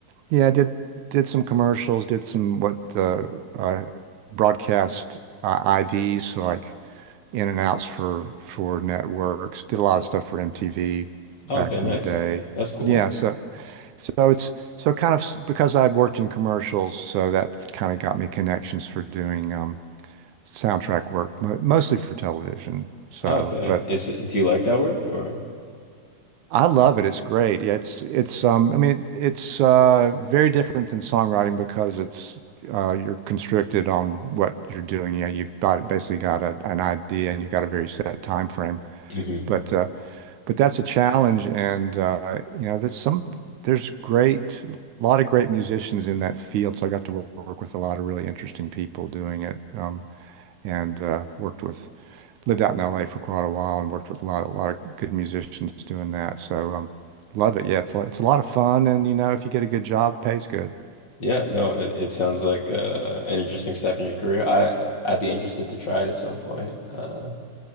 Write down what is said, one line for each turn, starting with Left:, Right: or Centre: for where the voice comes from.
Right: Yeah, I did did some commercials, did some what uh, uh broadcast uh, IDs, so like in and outs for for networks. Did a lot of stuff for MTV
Left: Oh,
Right: back
Left: okay, nice.
Right: in the day.
Left: That's cool.
Right: Yeah, so so it's so kind of s- because I worked in commercials, so that kind of got me connections for doing um soundtrack work, mo mostly for television. So,
Left: Oh, okay.
Right: but
Left: Is do you like that work or?
Right: I love it. It's great. Yeah, it's it's um I mean it's uh very different than songwriting because it's uh you're constricted on what you're doing. You know, you've got basically got a, an idea and you've got a very set time frame.
Left: hmm
Right: But uh but that's a challenge and uh you know there's some there's great a lot of great musicians in that field. So I got to work, work with a lot of really interesting people doing it um and uh worked with lived out in LA for quite a while and worked with a lot, a lot of good musicians doing that. So, um, love it. Yeah, it's a lot- it's a lot of fun, and you know, if you get a good job, pays good.
Left: Yeah, no, it, it sounds like uh, an interesting step in your career. I I'd be interested to try it at some point. Uh,